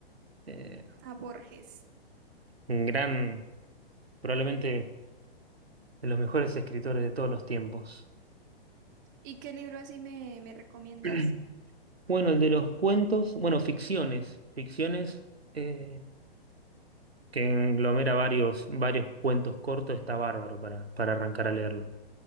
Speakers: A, on the right; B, on the right.
A: eh,
B: A Borges.
A: un gran, probablemente de los mejores escritores de todos los tiempos.
B: ¿Y qué libro así me, me recomiendas?
A: <clears throat> Bueno, el de los cuentos, bueno, ficciones, ficciones eh, que englomera varios, varios cuentos cortos, está bárbaro para, para arrancar a leerlo.